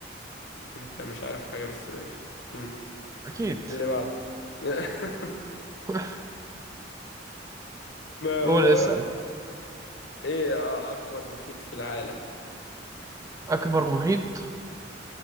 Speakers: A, on the left; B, on the right.
A: انت مش عارف حاجة بس ماشي امم
B: اكيد
A: اللي بعد <laughs>
B: <laughs>
A: ما
B: قول
A: هو
B: اسال
A: ايه اكبر محيط في العالم
B: اكبر محيط